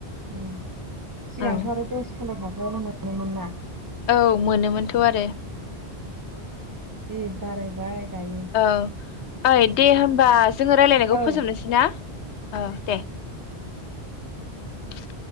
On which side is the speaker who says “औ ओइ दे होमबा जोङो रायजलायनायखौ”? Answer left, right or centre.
Left